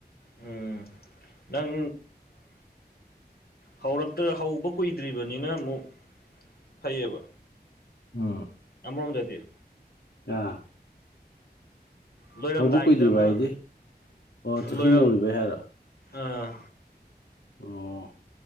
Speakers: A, on the left (about 65°); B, on the left (about 80°).
A: ꯎꯝ ꯅꯪ ꯍꯧꯔꯛꯇ ꯍꯧꯕ ꯀꯨꯏꯗ꯭ꯔꯤꯕꯅꯤꯅ ꯑꯃꯨꯛ ꯐꯩꯌꯦꯕ
B: ꯎꯝ
A: ꯑꯃꯔꯣꯝꯗꯗꯤ
B: <unintelligible>
A: ꯂꯣꯏꯔꯝꯗꯥꯏꯒꯤꯗ
B: ꯍꯧꯕ ꯀꯨꯏꯗ꯭ꯔꯤꯕ
A: ꯑꯃ
B: ꯍꯥꯏꯗꯤ ꯑꯣ ꯆꯍꯤ
A: ꯂꯣꯏꯔꯝ
B: ꯅꯧꯔꯤꯕꯩ ꯍꯥꯏꯔꯣ
A: ꯑꯥ
B: ꯑꯣ